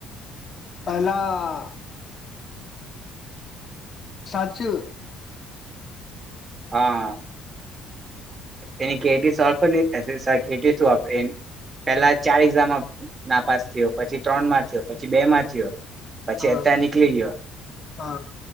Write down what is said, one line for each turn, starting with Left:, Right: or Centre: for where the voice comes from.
Left: પેલા સાચે
Right: હા એની કેટી સોલ્વ પણ નઈ થશે સાવ કેટી સુ આપણે એની પેલા ચાર એક્ઝામમાં નાપાસ થયો, પછી ત્રણ માં થયો, પછી બે માં થયો. પછી
Left: હા
Right: અત્યારે નીકળી ગયો
Left: હા